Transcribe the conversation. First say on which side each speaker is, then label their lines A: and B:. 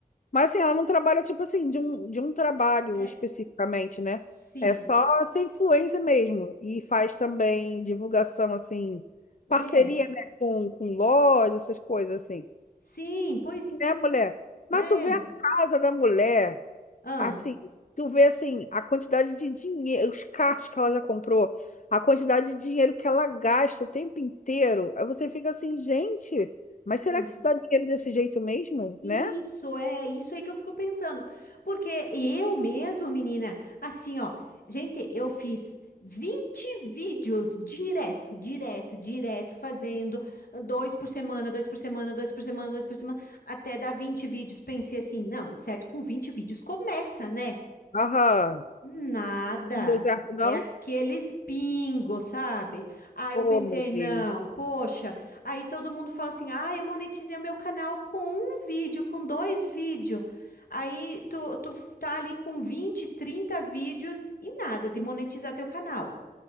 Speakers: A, on the left (about 55°); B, on the left (about 70°).
A: Mas assim, ela não trabalha, tipo assim, de um, de um trabalho
B: é,
A: especificamente, né?
B: sim,
A: É só ser influência mesmo. E faz também divulgação, assim, parceria,
B: é,
A: né? Com, com loja, essas coisas assim.
B: sim, pois,
A: Né, mulher? Mas
B: é,
A: tu vê a casa da mulher.
B: ah,
A: Assim, tu vê assim, a quantidade de dinheiro, os carros que ela já comprou, a quantidade de dinheiro que ela gasta o tempo inteiro. Aí você fica assim, gente, mas será
B: ah.
A: que isso dá dinheiro desse jeito mesmo,
B: Isso
A: né?
B: é, isso aí que eu fico pensando. Porque eu mesmo, menina, assim, ó, gente, eu fiz 20 vídeos direto, direto, direto, fazendo dois por semana, dois por semana, dois por semana, dois por semana, até dar 20 vídeos. Pensei assim, não, de certo, com 20 vídeos começa, né?
A: Aham.
B: Nada.
A: Não deu certo, não?
B: É aqueles pingos, sabe? Aí
A: Oh,
B: eu pensei,
A: meu
B: não,
A: Deus.
B: poxa. Aí todo mundo fala assim: ah, eu monetizei o meu canal com um vídeo, com dois vídeos. Aí tu, tu tá ali com 20 30 vídeos e nada de monetizar teu canal.